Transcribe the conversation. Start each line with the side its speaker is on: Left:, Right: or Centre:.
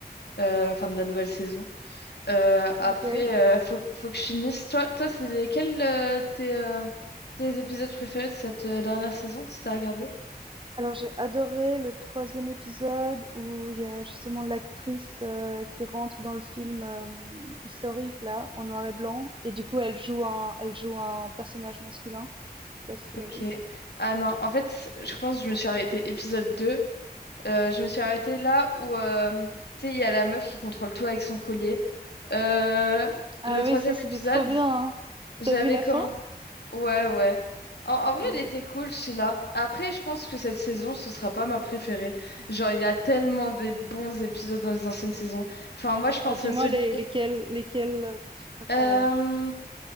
Left: euh, enfin de la nouvelle saison. Euh, après,
Right: OK.
Left: euh, faut, faut que je finisse. Toi, toi c'est lesquels euh, tes, euh, tes épisodes préférés de cette euh, dernière saison, si t'as regardé?
Right: Alors j'ai adoré le troisième épisode où il y a justement l'actrice, heu, qui rentre dans le film, hem, historique là, en noir et blanc et du coup elle joue un elle joue un personnage masculin. Je sais pas si tu
Left: Ok.
Right: l'as vu?
Left: Ah non, en fait, c- je pense que je me suis arrêtée épisode deux Euh, je me suis arrêtée là où, euh, tu sais, il y a la meuf qui contrôle tout avec son collier. Euh,
Right: Ah
Left: le troisième
Right: oui, ça c'était
Left: épisode.
Right: trop bien, hein.
Left: J'avais
Right: T'as vu la
Left: commencé.
Right: fin?
Left: Ouais, ouais. En, en vrai,
Right: Hmm.
Left: elle était cool, Sheila. Après, je pense que cette saison, ce sera pas ma préférée. Genre, il y a tellement des bons épisodes dans les anciennes saisons. Enfin, moi, je pense
Right: Alors dis-moi
Left: à celui.
Right: les- lesquels lesquels euh, tu préfères
Left: Euh,
Right: alors?